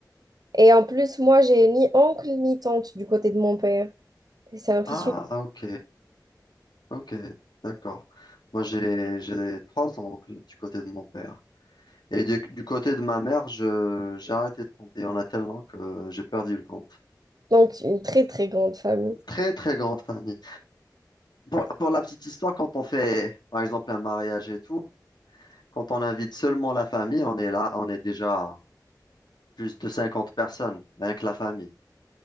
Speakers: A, on the right; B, on the left.
A: Et en plus, moi, j'ai ni oncle ni tante du côté de mon père. C'est un
B: Ah,
A: fils unique.
B: ah, ok, ok, d'accord. Moi, j'ai, j'ai trois oncles du côté de mon père. Et du, du côté de ma mère, je, j'ai arrêté de compter. Il y en a tellement que j'ai perdu le compte.
A: Donc, une très, très grande famille.
B: Très, très grande famille. Pour, pour la petite histoire, quand on fait, par exemple, un mariage et tout, quand on invite seulement la famille, on est là, on est déjà plus de 50 personnes, rien que la famille.